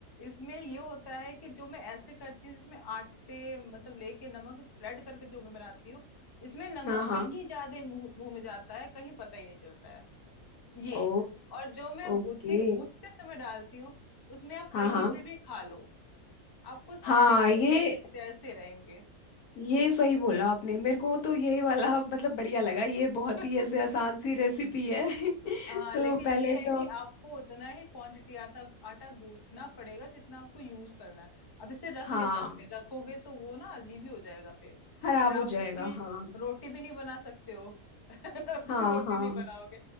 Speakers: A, on the left; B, on the left.
A: इसमें ये होता है कि जो मैं ऐसे करती हूँ जिसमें आटे मतलब लेके नमक स्प्रेड करके जो मैं बनाती हूँ इसमें नमक
B: हाँ हाँ
A: कहीं ज्यादा मुंह मुंह में जाता है कहीं पता ही नहीं चलता है ये
B: ओ
A: और जो मैं
B: ओके
A: गूथी गूथते समय डालती हूँ उसमें आप
B: हाँ
A: कहीं
B: हाँ
A: से भी खा लो आपको सारे
B: हाँ
A: टेस्ट
B: ये
A: एक जैसे रहेंगे
B: ये सही बोला आपने मेरे को तो ये वाला मतलब बढ़िया लगा ये बहुत
A: <laughs>
B: ही ऐसे आसान सी रेसिपी है <laughs>
A: हाँ
B: तो
A: लेकिन
B: पहले
A: ये है
B: तो
A: कि आपको उतना ही क्वांटिटी आटा आटा गूंथना पड़ेगा जितना आपको यूज करना है अब इसे रख
B: हाँ
A: नहीं सकते रखोगे तो वो ना अजीब ही हो जाएगा फिर
B: खराब
A: फिर आप
B: हो जाएगा
A: उसकी
B: हाँ
A: रोटी भी नहीं बना सकते हो <laughs> ना, उसकी
B: हाँ
A: रोटी
B: हाँ
A: नहीं बनाओगे